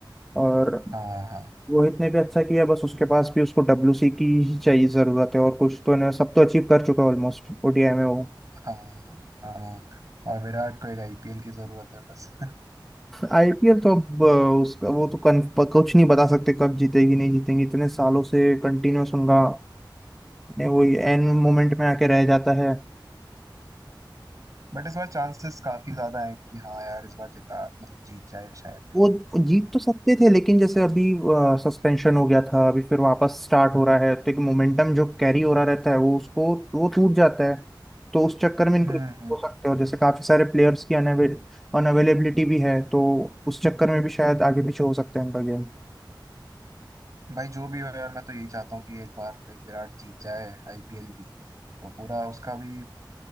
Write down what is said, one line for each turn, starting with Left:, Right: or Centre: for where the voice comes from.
Centre: और
Right: हाँ हाँ
Centre: रोहित ने भी अच्छा किया बस उसके पास भी उसको डब्ल्यूसी की ही चाहिए जरूरत है और कुछ तो ना सब तो अचीव कर चुका है ऑलमोस्ट ओडीआई में वो
Right: हाँ हाँ और विराट को एक आईपीएल की जरूरत है बस <laughs>
Centre: आईपीएल तो अब अ, उसका वो तो कन, प- कुछ नहीं बता सकते कब जीतेगी नहीं जीतेगी इतने सालों से कंटिन्यूस उनका ने वो एंड मोमेंट में आके रह जाता है
Right: बट इस बार चांसेस काफी ज्यादा है कि हाँ यार इस बार जिता मतलब जीत जाए शायद
Centre: वो जीत तो सकते थे लेकिन जैसे अभी सस्पेंशन हो गया था अभी फिर वापस स्टार्ट हो रहा है तो एक मोमेंटम जो कैरी हो रहा रहता है वो उसको वो टूट जाता है तो उस चक्कर में इनको
Right: हम्म हम्म
Centre: हो सकते हैं और जैसे काफी सारे प्लेयर्स की अनअवेल अनअवेलेबिलिटी भी है तो उस चक्कर में भी शायद आगे पीछे हो सकता है इनका गेम
Right: भाई जो भी हो यार मैं तो यही चाहता हूँ कि एक बार लाइक विराट जीत जाए आईपीएल भी तो पूरा उसका भी